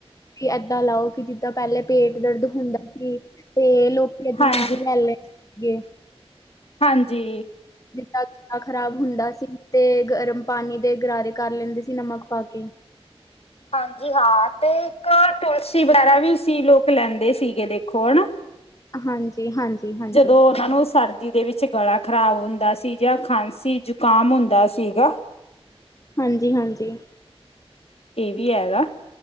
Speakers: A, on the left; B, on the left.
A: ਵੀ ਐਦਾਂ ਲਾਓ ਕਿ ਜਿੱਦਾਂ ਪਹਿਲੇ ਪੇਟ ਦਰਦ ਹੁੰਦਾ ਸੀ ਤੇ ਲੋਕੀ ਅਜਵਾਇਨ
B: ਹਾਂਜੀ
A: ਲੈ ਲੈਦੇਂ ਸੀਗੇ।
B: ਹਾਂਜੀ।
A: ਜਿੱਦਾਂ ਗਲਾ ਖ਼ਰਾਬ ਹੁੰਦਾ ਸੀ ਤੇ ਗਰਮ ਪਾਣੀ ਦੇ ਗਰਾਰੇ ਕਰ ਲੈਂਦੇ ਸੀ ਨਮਕ ਪਾ ਕੇ।
B: ਹਾਂਜੀ ਹਾਂ ਤੇ ਇੱਕ ਟੋਸੀ ਵਗੈਰਾ ਵੀ ਸੀ ਲੋਕ ਲੈਂਦੇ ਸੀਗੇ ਦੇਖੋ ਹਨਾ।
A: ਹਾਂਜੀ। ਜੀ ਹਾਂਜੀ। ਹਾਂਜੀ,
B: ਜਦੋਂ ਉਹਨਾਂ ਨੂੰ ਸਰ। ਜਿਹਦੇ ਵਿੱਚ ਗਲਾ ਖ਼ਰਾਬ ਹੁੰਦਾ ਸੀ ਜਾਂ ਖਾਂਸੀ ਜ਼ੁਕਾਮ ਹੁੰਦਾ ਸੀਗਾ।
A: ਹਾਂਜੀ- ਹਾਂਜੀ।
B: ਏ ਵੀ ਹੈਗਾ।